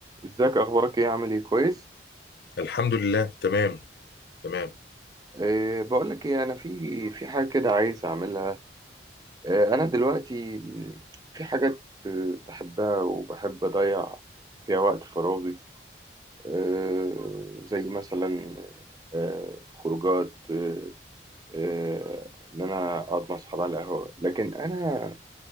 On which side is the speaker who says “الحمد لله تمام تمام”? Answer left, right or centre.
Left